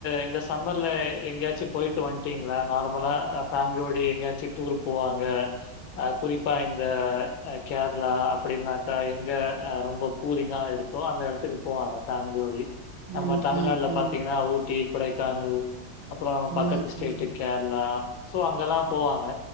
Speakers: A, on the left; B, on the right.
A: இந்த சம்மர்ல எங்கயாச்சு போய்ட்டு வந்டீங்ளா நார்மலா ஃபேம்லியோடயே எங்கயாச்சு டூர் போவாங்க அ குறிப்பா இந்த அ கேரளா அப்டினாக்கா எங்க ரொம்ப கூலிங்கா இருக்கோ அந்த எடத்துக்கு போவாங்க ஃபேம்லியோட நம்ம
B: ம்
A: தமிழ்நாட்டுல
B: ம் ம்
A: பாத்தீங்ன்னா ஊட்டி கொடைக்கானல் அப்றோ அங்க பக்கத்து
B: ம்
A: ஸ்டேட்டு்
B: ம்
A: கேர்ளா சோ அங்கல்லா போவாங்க